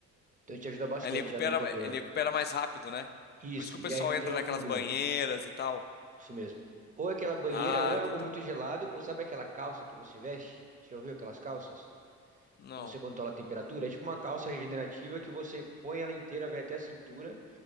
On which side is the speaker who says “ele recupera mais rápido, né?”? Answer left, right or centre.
Left